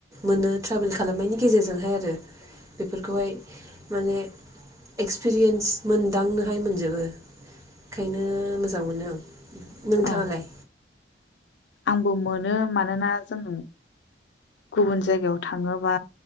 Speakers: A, on the right; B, on the left.
A: मोनो ट्रभेल खालामनायनि गेजेरजोंहाय आरो। बेफोरखौहाय माने एक्सपिरियेन्स मोनदांनोहाय मोनजोबो ओंखायनो मोजां मोनो आं नोंथाङालाय?
B: औ आंबो मोनो मानोना जों गुबुन जायगायाव थाङोबा